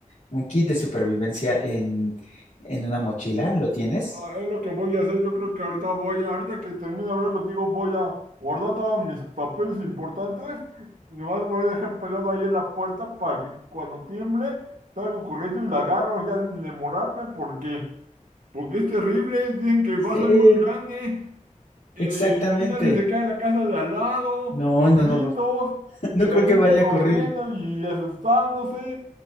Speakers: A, on the left; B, on the right.
A: Un kit de supervivencia en, en una mochila, ¿lo tienes?
B: Ah, es lo que voy a hacer. Yo creo que ahorita voy, a- ahorita que termine de hablar contigo, voy a guardar todos mis papeles importantes. Nomás me voy a dejar pegado ahí en la puerta para que cuando tiemble salgo corriendo y la agarro ya sin demorarme porque, porque es terrible. Dicen que
A: Sí,
B: va a ser muy grande. Eh,
A: exactamente.
B: ¿qué tal si se cae la casa de al lado?
A: No,
B: Los
A: no,
B: gritos,
A: no, <laughs> no
B: la
A: creo
B: gente
A: que vaya
B: corriendo
A: a correr,
B: y asustándose.